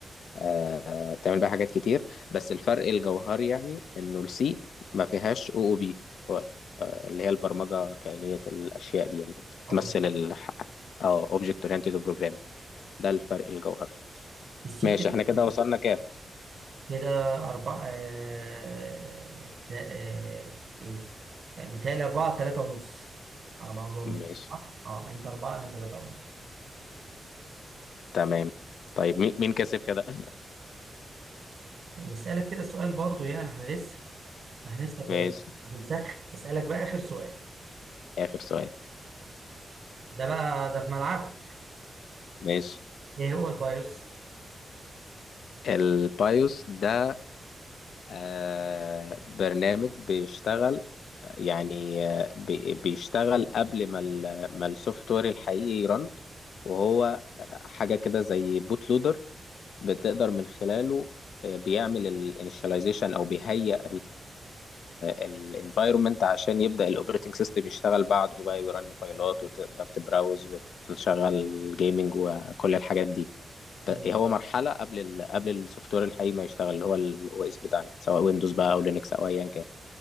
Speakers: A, on the left; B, on the right.
A: آه، بتعمل بيها حاجات كتير بس الفرق الجوهري يعني انه السي ما فيهاش او او بي اللي هي البرمجه كائنيه الاشياء دي يعني بتمثل
B: اوبجكت
A: ال او اوبجكت اورينتد بروجرام ده الفرق الجوهري
B: السي
A: ماشي
B: بتبقى
A: احنا كده وصلنا كام
B: كده أربعة آه... تا... آه... إيه آه، متهيألي أربعة تلاتة ونص على ما أظن كده
A: ماشي
B: صح؟ أه أنت أربعة أنا تلاتة ونص
A: تمام طيب مين مين كسب كده <laughs>
B: نسألك كده سؤال برضو يعني إحنا لسه إحنا لسه ب...
A: ماشي
B: بنسخ بسألك بقى آخر سؤال
A: اخر سؤال
B: ده بقى ده في ملعبك
A: ماشي
B: إيه هو البايوس؟
A: البايوس ده آه برنامج بيشتغل يعني آه، بي- بيشتغل قبل ما ال- ما السوفت وير الحقيقي يرن وهو حاجة كده زي بوت لودر بتقدر من خلاله آه، بيعمل الانيشاليزيشن او بيهيئ الانفايرمنت عشان يبدأ الاوبريتنج سيستم يشتغل بعده بقى ويرن فايلات وتقدر تبراوز وتشغل جيمنج وكل الحاجات دي ت-
B: مم.
A: هو مرحلة قبل ال قبل السوفت وير الحقيقي ما يشتغل اللي هو الاو اس بتاعنا سواء ويندوز بقى او لينكس او ايا كان